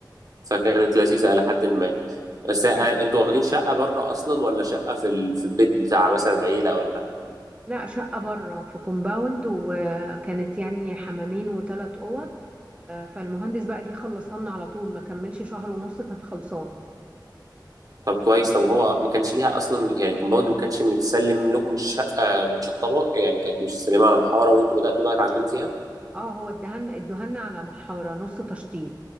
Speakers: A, on the right; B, on the right.
A: فكانت لذيذة إلى حد ما بس
B: طب
A: آه،
B: حلو
A: انتوا واخدين شقة بره أصلا ولا شقة في ال... في البيت بتاع مثلا عيلة ولا
B: لا شقه بره في كومباوند وكانت يعني حمامين وثلاث اوض آه فالمهندس بقى جه خلصنا على طول ما كملش شهر ونص كانت خلصانه
A: طب كويس طب هو ما كانش ليها أصلا يعني الكومباوند ما كانش متسلم لكم الشقة متشطبة يعني كانت متسلمة على محارة وانتوا بدأتوا بقى تعدلوا فيها
B: اه هو ادهن ادهن على محاره نص تشطيب